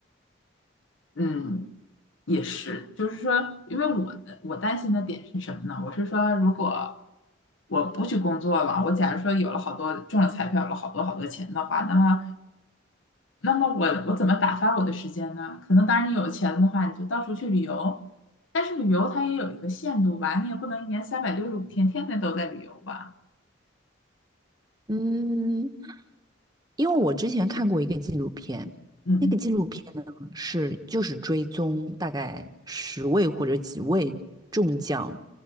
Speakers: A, on the left; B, on the right.
A: 嗯，也是，就是说，因为我的我担心的点是什么呢？我是说，如果我不去工作了，我假如说有了好多中了彩票，有了好多好多钱的话，那么那么我我怎么打发我的时间呢？可能当然你有钱的话，你就到处去旅游，但是旅游它也有一个限度吧，你也不能一年三百六十五天天天都在旅游吧。
B: 嗯，因为我之前看过一个纪录片，
A: 嗯
B: 那个纪录片呢是就是追踪大概十位或者几位中奖